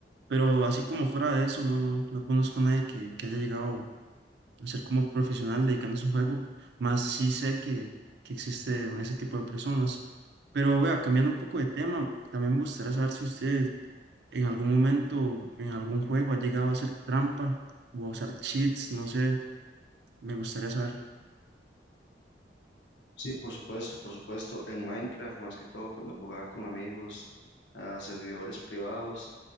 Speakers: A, on the right (about 65°); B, on the left (about 80°).
A: Pero así como fuera de eso, no, no, no conozco a nadie que, que haya llegado a ser como profesional dedicándose a un juego, más sí sé que, que existe ese tipo de personas. Pero vea, cambiando un poco de tema, también me gustaría saber si usted en algún momento, en algún juego, ha llegado a hacer trampa o a usar cheats, no sé, me gustaría saber.
B: Sí, por supuesto, por supuesto. En Minecraft, más que todo, cuando jugaba con amigos a servidores privados,